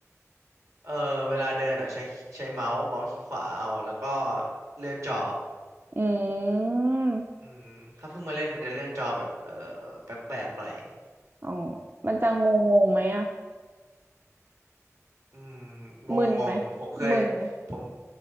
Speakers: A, on the right; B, on the right.
A: เออเวลาเดินอ่ะใช้ใช้เมาส์เมาส์คลิกขวาเอา แล้วก็เลื่อนจอ
B: อืม
A: อืมถ้าเพิ่งมาเล่นมันจะเลื่อนจอแบบเออแปลกๆหน่อย
B: อ๋อมันจะงงงงไหมอะ
A: อืมงงงงผมเคย
B: มึนไหมมึนไหม
A: ผม